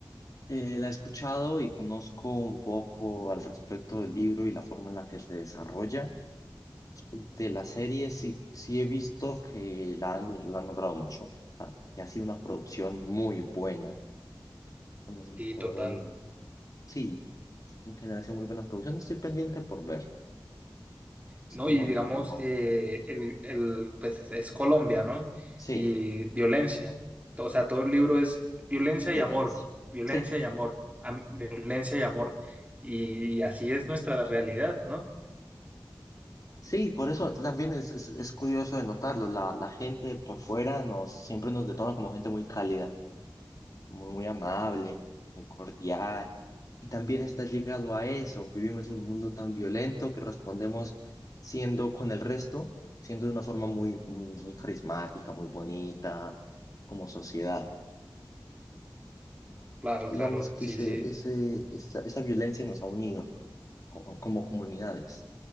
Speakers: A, on the left; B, on the right.
A: Eh, la he escuchado y conozco un poco al respecto del libro y la forma en la que se desarrolla. De la serie sí, sí he visto que la han, la han nombrado mucho, ah, que ha sido una producción muy buena, con, un-
B: Sí,
A: con
B: total.
A: un Sí, sí, en general hace muy buena producción. Estoy pendiente por ver. Es
B: ¿no?
A: como
B: Y
A: de
B: digamos,
A: que no.
B: eh, el, el, pues es Colombia, ¿no?
A: Sí,
B: Y violencia. To- O sea, todo el libro es violencia
A: violencia.
B: y amor, violencia
A: Sí,
B: y amor, am- violencia y amor. Y, y así es nuestra realidad, ¿no?
A: sí, por eso también es, es, es curioso de notarlo. La, la gente por fuera nos siempre nos detona como gente muy cálida, muy, muy amable, muy cordial. Y también está llegado a eso. Vivimos en un mundo tan violento que respondemos siendo con el resto, siendo de una forma muy, muy, muy carismática, muy bonita, como sociedad.
B: Claro,
A: digamos
B: claro,
A: que
B: sí,
A: ese,
B: sí.
A: ese, esa, esa violencia nos ha unido co- como, comunidades,